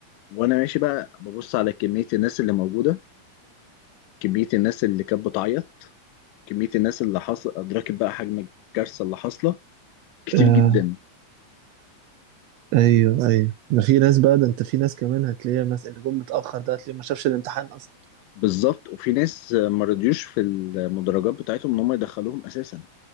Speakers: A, on the left (about 85°); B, on the right (about 85°).
A: وانا ماشي بقى ببص على كميه الناس اللي موجوده كمية الناس اللي كانت بتعيط كمية الناس اللي حصل أدركت بقى حجم الكارثة اللي حاصلة كتير
B: آه
A: جدا
B: ايوه ايوه ده في ناس بقى ده انت في ناس كمان هتلاقيها مثلا اللي جم متاخر ده هتلاقيه ما شافش الامتحان اصلا
A: بالظبط وفي ناس ما رضيوش في المدرجات بتاعتهم إن هم يدخلوهم أساسا